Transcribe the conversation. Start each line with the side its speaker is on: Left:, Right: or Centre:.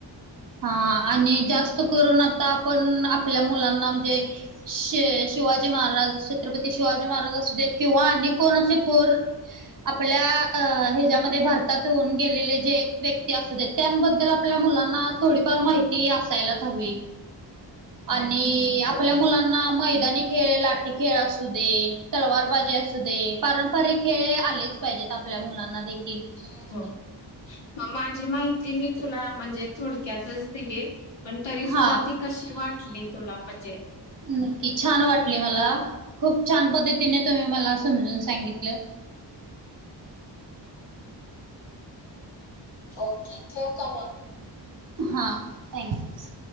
Right: हा आणि जास्त करून आता आपण, आपल्या मुलांना म्हणजे, शे शिवाजी महाराज, छत्रपती शिवाजी महाराज असू देत किंवा अ कोण असे थोर आपल्या अ ह्याच्यामध्ये, भारतात होऊन गेलेले, जे व्यक्ती असू देत. त्यांबद्दल आपल्या मुलांना, थोडीफार माहिती असायलाच हवी. आणि आपल्या मुलांना, मैदानी खेळ, लाठी खेळ असू दे. तलवारबाजी असू दे. पारंपरिक खेळ हे आलेच पाहिजेत. आपल्या मुलांना देखील.
Left: हो, हो. मग माझी माहिती मी तुला, म्हणजे थोडक्यातच दिलीय. पण तरी सुद्धा
Right: हां.
Left: ती कशी, वाटली तुला? म्हणजे
Right: नक्की. छान वाटले मला. खूप छान पद्धतीने तुम्ही मला, समजून सांगितलं.
Left: ओके. ठेऊ का, मग?
Right: हां. Thank you.